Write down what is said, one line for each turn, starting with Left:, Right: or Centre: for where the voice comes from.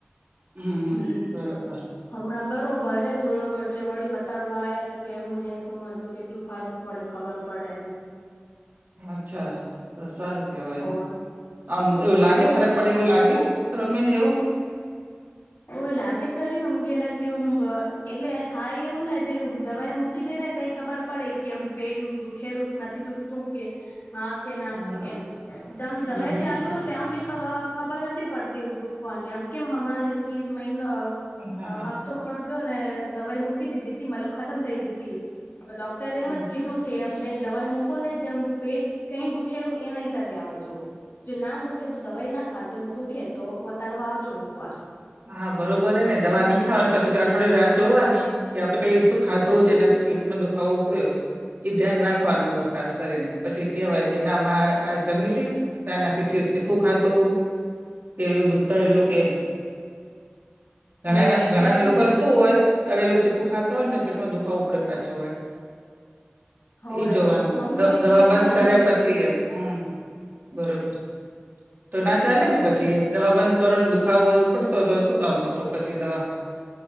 Right: હમ હમ
Left: હમ્મ, હમ્મ.
Right: બરોબર
Left: હમણાં બરોબરે થોડો એટલે વળી વતાડવા આવ્યા કે કેમ હે શું હોય તો કેટલું ફરક પડે ખબર પડે એમ.
Right: અચ્છા તો સારું કેહવાય
Left: હોવે
Right: એમ. આમ એવું લાગે
Left: હોવે
Right: ફરક પડે એવું લાગ્યું તો રમમી ને એવું?
Left: ઓવે લાગે તે રહ્યું એમ કે કેમ એટલે થાય એવું ને જે દવાઈ મૂક કીધે ને તઈ ખબર પડે કે એમ પેટ દુઃખે રું કે નથી દુખતું કે હા કે ના
Right: હા
Left: કે
Right: હા
Left: એમ જને દવાઈ
Right: હમ હમ
Left: ચાલુ હોય ત્યાથી હુંદી ખબ-ખબર નથી હતી પડતી દુખવાની એમ કેમણાં જેમ કે મેન અહ
Right: હા
Left: અહ
Right: હા
Left: હપ્તો ખણો થયો ને દવાઈ મૂકી દીધી ત મલ ખતમ થઈ ગી હતી તો ડોક તરે એમજ
Right: હમ.
Left: કીધું કે એમ જ દવાઈ મૂકો ને જેમ પેટ કઈ દુખેલું એના હિસાબે આવજો. જે ના દ ખે તો દવાઈ ના ખાજો ને દુખે તો વતાડવા આવજો એક વાર.
Right: હા, બરોબર હે ને દવા નઈ ખાવા પછી તો અઠવાડિય રાત જોવાની કે આપડે કઈ શું ખાધું હોય તેનાથી પેટમાં દુખાવો ઉપડ્યો. એ ધ્યાન રાખવાનું હોય ખાસ કરીને પછી કેહેવાય કે ના આ આ જમીથી ત્યાં નથી તીખું ખાતું કે એવું બધા એલું કે ઘણા
Left: હોવે એટલે
Right: ઘણા
Left: આટલું
Right: લોકોને
Left: જ ને
Right: શું હોય તળેલું તીખું ખાતા હોય ને પેટમાં દુખાવો ઉપડે પાછો વડે.
Left: હોવે
Right: એ જોવાનું
Left: મમ્મી ને
Right: દવા
Left: બી એમ
Right: બંધ
Left: જ
Right: કર્યા
Left: હતું
Right: પછી એમ હમ બરોબર. તો ના ચાલે
Left: હોવે
Right: ને પછી દવા બંધ કર ઓ ને દુખાવોવું પડ તો તો શું કામ નો તું પછી દવા